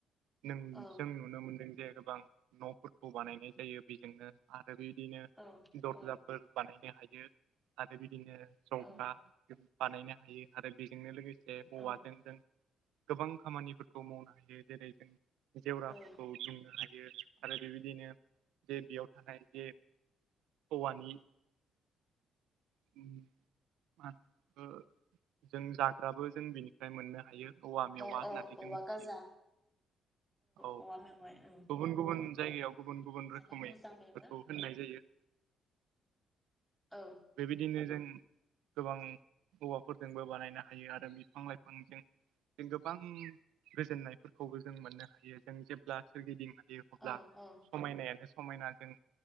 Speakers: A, on the right (about 85°); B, in the centre.
A: नों
B: औ
A: जों नुनो मोनदों जे गोबां न'फोरखौ बानायनाय जायो बेजोंनो आरो बेदिनो
B: औ।
A: दरजाफोर
B: औ
A: बानायनो हायो आरो बिदिनो जंग्रा
B: औ
A: बानायनो हायो आरो बेजोंनो लोगोसे
B: औ
A: औवाजों जों गोबां खामानिफोरखौ मावनो हायो जेरै जों जेवराफोरखौ
B: औ
A: दुमनो हायो। आरो बेबायदिनो जे बेयाव थानाय जे हौवानि <inaudible> उम मान जों जाग्राबो जों बिनिफ्राय मोननो हायो। औवा मेवा
B: औ
A: होननानै
B: औ औवा
A: जों मिथियो।
B: गाजा
A: औ।
B: औवा मेवाइ औ
A: गुबुन गुबुन जायगायाव गुबुन गुबुन
B: जोबोर
A: रोखोमै
B: मोजां
A: बेफोरखौ
B: बेबो
A: होननाय जायो।
B: औ।
A: बेबायदिनो जों गोबां हवाफोरजोंबो बानायनो हायो आरो बिफां लाइफांजों जों गोबां गोजोननायफोरखौबो जों मोननो हायो। जों जेब्ला सोरगिदिं ह अब्ला
B: औ औ
A: समायनायानो समायना जों